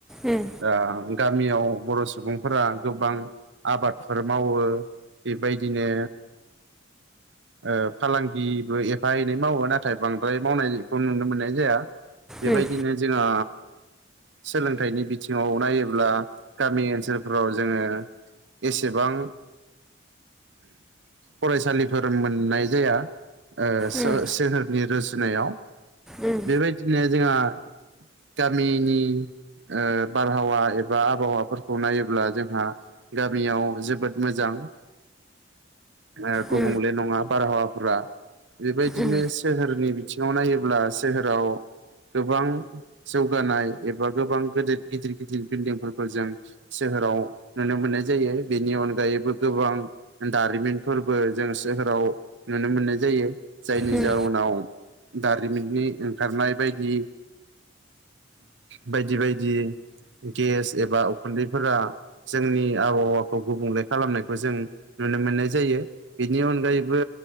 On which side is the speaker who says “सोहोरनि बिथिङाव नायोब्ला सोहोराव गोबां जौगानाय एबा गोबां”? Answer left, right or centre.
Right